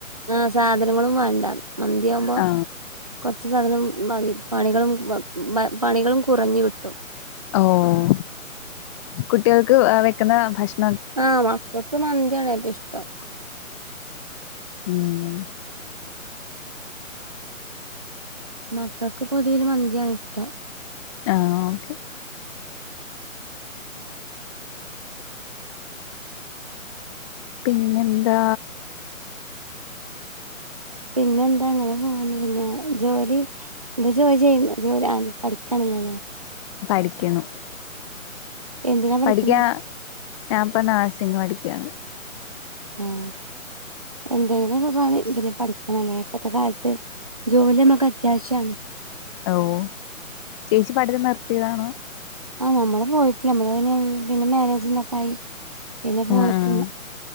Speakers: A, on the right (about 30°); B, on the left (about 20°).
A: ആഹ് സാധനങ്ങളും വേണ്ട മന്തി യാവുമ്പോ
B: ആ
A: കുറച്ച് സാധനം മതി പണികളും ബ പ പണികളും കുറഞ്ഞു കിട്ടും
B: ഓഹ് കുട്ടികൾക്ക് വെക്കുന്ന ഭക്ഷണാ
A: ആഹ് മക്കൾക്ക് മന്തിയാണ് ഏറ്റവും ഇഷ്ട്ടം
B: ഉം
A: മക്കൾക്ക് പൊതുവിൽ മന്തിയാണ് ഇഷ്ടം
B: ആഹ് ഓക്കെ പിന്നെന്താ
A: പിന്നെ എന്താ ങ്ങനെ പോകുന്നു പിന്നെ ജോലി ഈ ജോലി ചെയ്ണ്ടോ ജോലിനീ പഠിക്കാണല്ലല്ലേ
B: പഠിക്കാണ്
A: എന്തിനാ പഠിക്കുന്നെ
B: പഠിക്കാ ഞാൻപ്പോ നർസിംഗ് പഠിക്കണ്
A: ഉം എന്തെങ്കിലുക്കെ പണി ങ്ങനെ പഠിക്കണല്ലേ ഇപ്പത്തെ കാലത്ത് ജോലി ഞമ്മക് അത്യാശ്യണ്
B: ഓഹ് ചേച്ചി പഠിത്തം നിർത്തിയതാണോ
A: ആഹ് നമ്മള് പോയിട്ടില്ല നമ്മള് പിന്നെ മാരേജ്ന്നൊക്കായി പിന്നെ പോയിട്ടില്ല
B: ആഹ് ആഹ്